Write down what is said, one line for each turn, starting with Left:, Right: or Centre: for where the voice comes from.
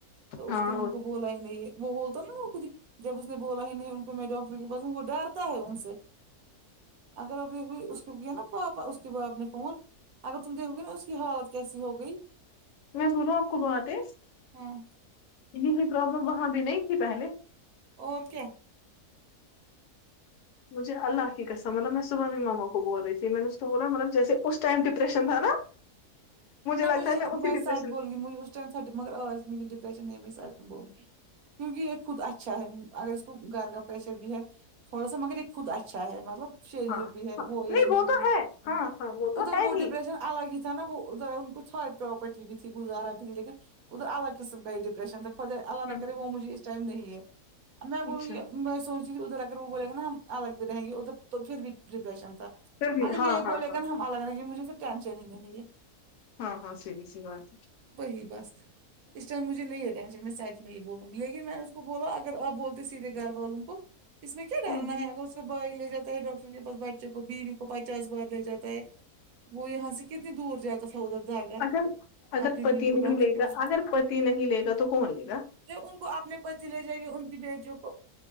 Right: تو اس
Left: ہاں
Right: نے ان
Left: اور
Right: کو بولا ہی نہیں یہ وہ بولتا نا وہ خودہی جب اس نے بولا ہی نہیں ان کو میں ڈاکٹر کے پاس ہوں وہ ڈرتا ہے ان سے اگر اب د بھی اس کو کیا نا پاپا اس کے باپ نے فون اگر تم دیکھو گے نا اس کی حالت کیسی ہوگئی
Left: میں سنوں آپ کو باتیں یہ
Right: ہاں
Left: بھی پرابلم وہاں بھی نہیں تھی پہلے
Right: اور کیا
Left: مجھے اللہ کی قسم مطلب میں صبح سے ماما کو بول رہی تھی میں نے اسکو بولا ملب جیسے اس ٹائم ڈپریشن تھا نا
Right: نہ
Left: لگتا
Right: مجھے
Left: ہے اسی
Right: میں
Left: ڈپریشن
Right: سچ بولوں
Left: میں،
Right: گی مجھے اس ٹائم تھا مگر آج مجھے ڈپریشن نہیں ہے میں سچ میں بولوں گی کیونکہ یہ خود اچھا ہے اگر اس کو گھر کا پریشر بھی ہے تھوڑا سا مگر یہ خود اچھا ہے مطلب شریف
Left: ہاں
Right: بھی ہے
Left: ہاں
Right: وہ یہ نہیں
Left: تو
Right: ہے
Left: ہاں ہاں تو
Right: ادھر
Left: ہے
Right: وہ
Left: ہی
Right: ڈپریشن الگ ہی تھا نا وہ ادھر ان کوتھا پراپرٹی بھی تھی گزارا بھی لیکن ادھر الگ قسم کا ہی ڈپریشن تھا اللہ نہ
Left: ہوں
Right: کرے وہ مجھے اس ٹائم نہیں ہے اب میں بولوں
Left: اچھا
Right: گی میں سوچ ج ادھر اگر وہ بولے گا ہم الگ بھی رہیں گے ادھر تو پھر بھی ڈپریشن تھا
Left: پھر بھی
Right: اگر
Left: ہاں
Right: یہ
Left: ہاں
Right: بولے
Left: ہاں
Right: گا نا ہم الگ رہے مجھے پھر ٹینشن ہی نہیں یہ
Left: ہاں ہاں سیدھی سی بات ہے
Right: وہی بس اس ٹائم مجھے نہیں ہے ٹینشن میں سچ میں ہی بولوں گی لیکن میں نے اس کو بولا اگر آپ بولتے سیدھے گھر والوں کو اس میں کیا ڈر
Left: ہاں
Right: نا
Left: ہاں
Right: ہے اگراس کا بھائی لے جا تا ہے ڈاکٹر کے پاس بچے کو بیوی کو پچاس بار لے جاتا ہے وہ یہاں سے کتنی دور جاتا تھا ادھر دارگاہ
Left: اگر اگر
Right: اپنی
Left: پتی
Right: بیوی کو
Left: نہیں
Right: ڈاکٹر
Left: لے
Right: کے
Left: گا
Right: پاس
Left: اگر پتی نہیں لے گا تو کون لے گا
Right: ج ان کو اپنے پتی لے جائیں گے ان کی بیٹیوں کو